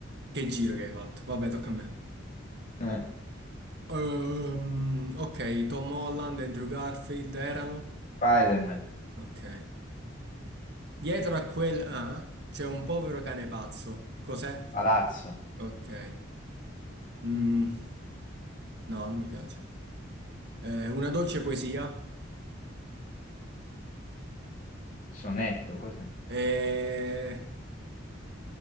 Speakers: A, on the right; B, on the left.
A: Che giro che hai fatto. Vabbè, tocca a me.
B: Eh,
A: Ehm, ok, Tom Holland e Andrew Garfield erano?
B: Spider-Man,
A: Ok. Dietro a quel ah, c'è un povero cane pazzo. Cos'è?
B: palazzo,
A: Ok. Mm, no, non mi piace. Eh, una dolce poesia.
B: sonetto, cos'è?
A: Eh,